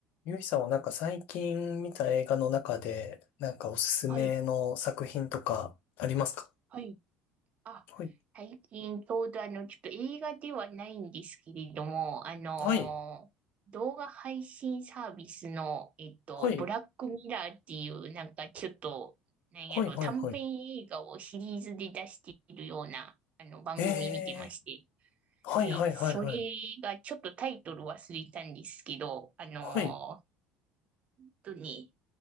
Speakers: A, on the left; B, on the right.
A: ゆいさんはなんか最近見た映画の中で、なんかおすすめの作品とかありますか
B: はい、はい。あ、
A: はい。
B: 最近ちょうどあの、ちょっと映画ではないんですけれども、あのー動画配信サービスの、
A: はい。
B: えっと、
A: はい。
B: ブラックミラーっていう、なんかちょっと、なんやろ、
A: はい。はい。
B: 短編映画をシリーズで出しているような、
A: はい。
B: あの、番組見てまして。
A: えー。はい。
B: で、
A: はい。
B: それ
A: はい。はい。
B: がちょっとタイトル忘れたんですけど、あのー、
A: はい。
B: 本当に、